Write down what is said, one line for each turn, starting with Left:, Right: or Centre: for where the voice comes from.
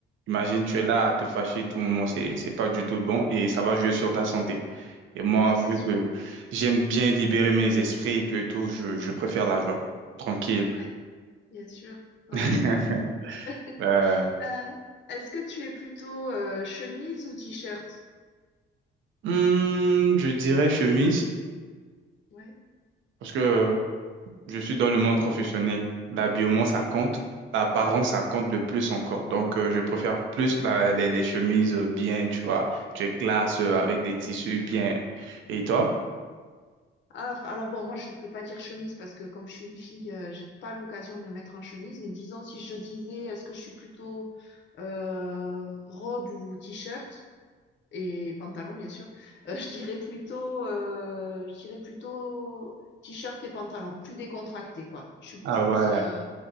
Right: Imagine,
Left: Mm.
Right: tu es là à te fâcher tout le moment. C'est, c'est pas du tout bon et ça va jouer sur ta santé. Et moi,
Left: Ça, c'est
Right: vu
Left: sûr.
Right: que j'aime bien libérer mes esprits et tout et tout, je, je préfère la joie. Tranquille.
Left: Ouais, bien sûr. Ouais,
Right: <laughs>
Left: ouais, t'as raison. <laughs>
Right: Euh,
Left: Euh, est-ce que tu es plutôt euh, chemise ou t-shirt?
Right: hmm, je dirais chemise,
Left: Ouais.
Right: parce que je suis dans le monde professionnel. L'habillement, ça compte. L'apparence, ça compte le plus encore. Donc, euh, je préfère plus la- les, les chemises euh, bien, tu vois. Tu es classe euh, avec des tissus bien. Et toi?
Left: Ah, f- alors bon, moi, je peux pas dire chemise parce que comme je suis une fille, euh, j'ai pas l'occasion de me mettre en chemise. Mais disons, si je disais, est-ce que je suis plutôt euh, robe ou t-shirt et pantalon, bien sûr, <laughs> euh, je dirais plutôt, euh, je dirais plutôt t-shirt et pantalon, plus décontracté, quoi. Je suis plus
Right: ah ouais
Left: euh,